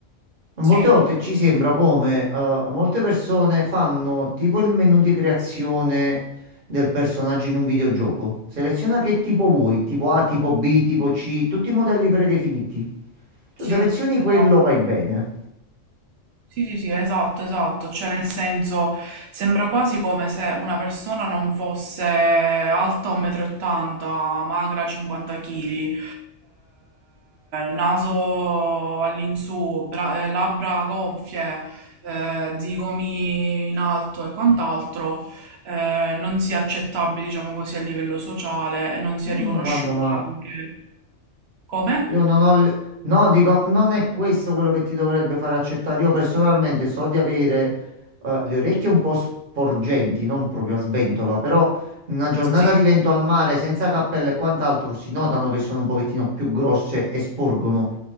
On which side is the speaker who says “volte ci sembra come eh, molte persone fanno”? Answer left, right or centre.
Right